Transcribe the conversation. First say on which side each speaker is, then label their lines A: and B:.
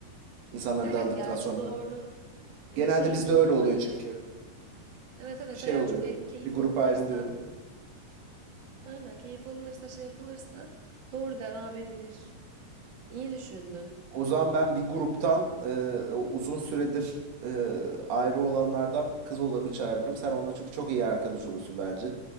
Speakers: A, on the right; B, on the right.
A: İnsanlar
B: Evet
A: dağıldıktan
B: gerçi
A: sonra.
B: doğru. Hani
A: Genelde
B: şeyin
A: bizde
B: durumuna
A: öyle oluyor
B: göre.
A: çünkü.
B: Evet evet
A: Şey
B: eğer
A: oluyor,
B: çok en keyif
A: bir grup
B: alınırsa.
A: ayrılıyor.
B: Aynen keyif alınırsa şey yapılırsa doğru devam edilir. İyi düşündün.
A: O zaman ben bir gruptan e, o uzun süredir e, ayrı olanlardan kız olanı çağırırım. Sen onunla çünkü çok iyi arkadaş olursun bence.